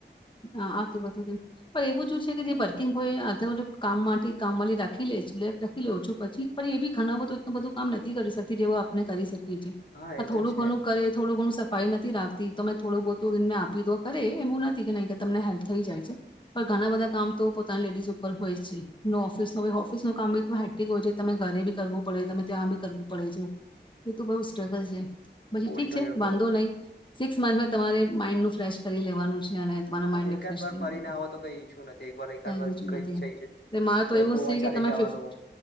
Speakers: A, on the left; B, on the left.
A: હા આ તું બધું ત પણ એવું જ છે કે જે ભર. કે કોઈ આધ કામ માટેથી કામવાળી રાખી લે લે રાખી લઉં છું પછી પણ એ બી ઘણ બધો એલું બધું કામ નથી કરી શકતી જેવ આપણે કરી શકી.
B: હા
A: આ
B: એ
A: થોડું
B: તો છે
A: ઘણું કરે થોડું ઘણું સફાઈ નથી રાખતી. તમે થોડું બહુું મે આપી દો કરે એમું નથી. કે નહી કે તમને હેલ્પ થઈ જાય છે પણ ઘણા બધા કામ તો પોતાના લેડીઝ ઉપર હોય જ છે ઓફિસ ન ઓફિસ નું કામ બી હેિક હોય છે તમે ઘરે બી કરવું પડે તમે ત્યાં બી કરવું પડે છે એ ત બઉુ સ્ટ્રગલ છે. પછી
B: બહુ
A: ઠીક
B: સ્ટ્રગલ
A: છે બાંધો
B: બહુ
A: નહીિ. સિક્સ મંથમાં તમારે માઈન્ડ નું ફ્રેશ કરી લેવાનું છે. જ તમાર
B: હા,
A: માઇન્ડ
B: એકાદ
A: રિફ્રેશ
B: વાર
A: થઈ
B: ફરીને
A: જાય
B: આવો તો કઈ ઈસ્યુ નથી એક વાર એકાદ
A: ક
B: વાર
A: બીજું
B: કઈ
A: નથી
B: જઈ
A: એટલે
B: છે.
A: મારે
B: આપણે
A: તો એવું
B: ગોવા
A: જ છે
B: ચાલી
A: કે તમે
B: જવાનું
A: ફિફ